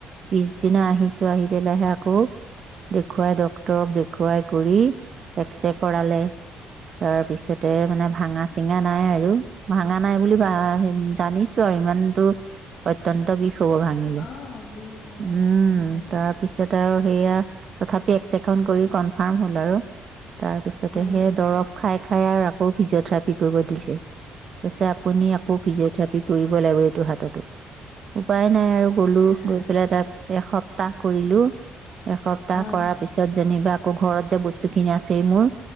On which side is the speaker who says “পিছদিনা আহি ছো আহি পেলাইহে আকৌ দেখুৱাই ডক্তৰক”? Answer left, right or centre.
Right